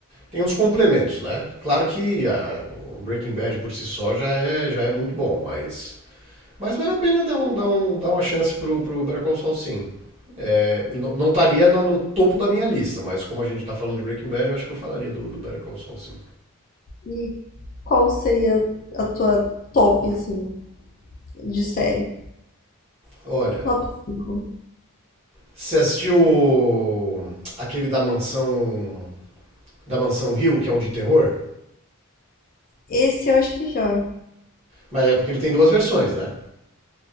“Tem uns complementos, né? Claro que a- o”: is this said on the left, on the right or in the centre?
Right